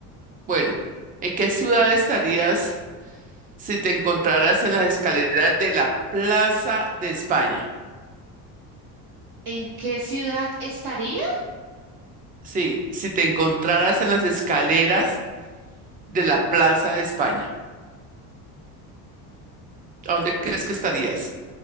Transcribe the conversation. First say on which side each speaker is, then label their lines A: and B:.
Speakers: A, on the right; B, on the right.
A: Bueno, ¿en qué ciudad estarías si te encontraras en las escaleras de la Plaza de España?
B: ¿En qué ciudad estaría?
A: Sí, si te encontraras en las escaleras de la Plaza de España. ¿A dónde crees que estarías?